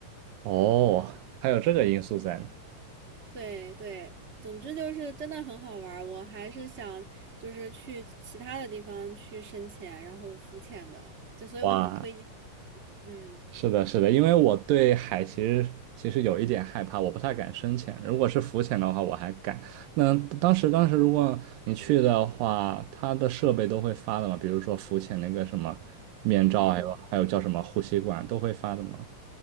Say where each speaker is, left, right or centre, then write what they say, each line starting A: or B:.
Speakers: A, on the right; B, on the right.
A: 哦，还有这个因素在呢。
B: 对对，总之就是真的很好玩儿，我还是想就是去其他的地方去深潜，然后浮潜的，就所以我很推荐，
A: 哇，
B: 嗯
A: 是的，是的，因为我对海其实其实有一点害怕，我不太敢深潜。如果是浮潜的话，我还敢。那当时当时如果你去的话，它的设备都会发的嘛，比如说浮潜那个什么面罩，
B: 嗯，
A: 还有还有叫什么呼吸管都会发的嘛。